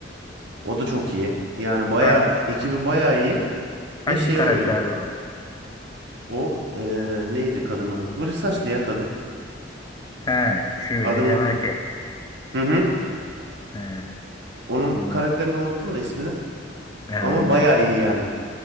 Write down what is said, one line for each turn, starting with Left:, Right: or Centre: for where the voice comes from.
Right: O da çok iyi. Yani bayağı
Left: hangisi?
Right: ekibi
Left: o?
Right: bayağı iyi
Left: Hangi
Right: ve şey
Left: karakterdi
Right: oluyor.
Left: o?
Right: O e, neydi kadının adı? Kıvırcık saçlı ya kadın.
Left: He, şu
Right: Adını
Left: Ecem
Right: unuttum.
Left: Erkek.
Right: Hı hı.
Left: He,
Right: Onun
Left: anladım.
Right: karakterini unuttum da ismini.
Left: He, anladım.
Right: Ama bayağı iyi yani.